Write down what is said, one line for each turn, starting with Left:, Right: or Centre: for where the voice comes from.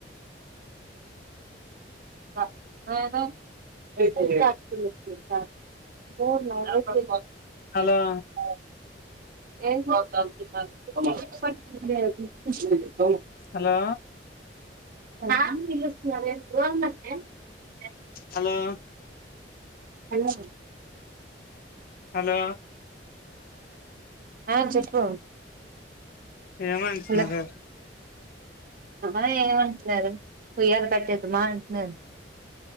Right: <unintelligible> <unintelligible>
Left: హలో
Right: ఏ
Left: హలో
Right: <unintelligible>
Left: హలో
Right: హలో
Left: హలో
Right: ఆ చెప్పు
Left: ఏమంటున్నారు
Right: హలో ఆ ఏమంటున్నారు ఉయ్యలు కట్టేదు మా అంటున్నారు,